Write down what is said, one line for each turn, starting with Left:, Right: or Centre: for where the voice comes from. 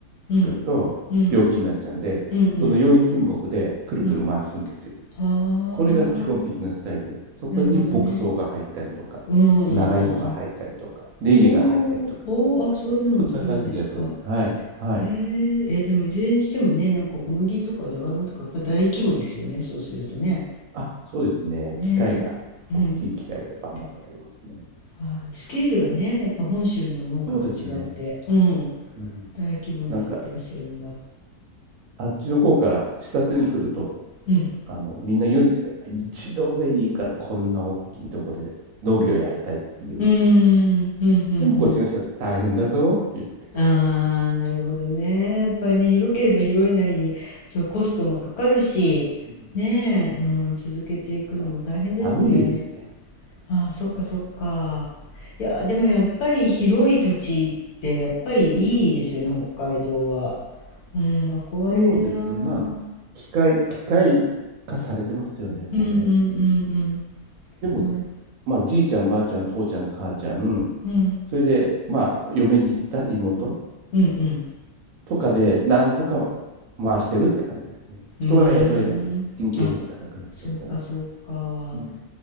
Right: 作ると病気になっちゃうんで、
Left: うん。うん。うん。
Right: その4品目でくるくる回すんですよ。
Left: うん。は
Right: これが基本的なスタイルです。そこに牧草が入ったりとか、
Left: あ、なるほどね。うんうんうんうん。
Right: 長芋が入ったりとか、ネギが入ったりとか、
Left: おーおー、あ、そういうのも作るんですか。
Right: そんな感じでやってます。はい。はい。
Left: へえ、えーでもいずれにしてもね、なんか小麦とかじゃがいもとかやっぱ大規模ですよね、そうするとね。
Right: あ、そうですね。
Left: ねえ、
Right: 機械が、
Left: うん。
Right: 大きい機械でバンバンやりますね。
Left: で、はい、スケールがね、やっぱ本州の農家と違って、
Right: そうですね。
Left: うん、
Right: うん。
Left: 大規模にやってらっしゃるんだ。
Right: なんか、あっちの方から視察に来ると、
Left: うん。
Right: あの、みんな言うんですって。一度でいいからこんな大きいとこで農業やりたいって言うんですって。
Left: うーん、うん、うん、
Right: でもこっちの人は大変だぞっていう。
Left: ああ、なるほどね。やっぱりね、広ければ広いなりに、そう、コストもかかるし、
Right: うん
Left: ねえ、うん、続けていくのも大変ですね。
Right: まあ、寒いですしね。
Left: ああ、そっかそっか。いや、でもやっぱり広い土地って、やっぱりいいですよね、北海道は。うん、憧れるなあ。
Right: そうですね。
Left: う
Right: まあ、
Left: ん
Right: 機械、機械化されてますよね、もうね。
Left: うんうんうん。
Right: でも、
Left: なる、
Right: まあ、じいちゃん、ばあちゃん、父ちゃん、母ちゃん、
Left: うん、
Right: それで、まあ、嫁に行った妹
Left: うんうん。
Right: とかで、なんとか回してるって感じですね。
Left: うーん。
Right: 人は雇えないんです。人件費が高くなっちゃうから。
Left: あ、そうかそうか。
Right: うん、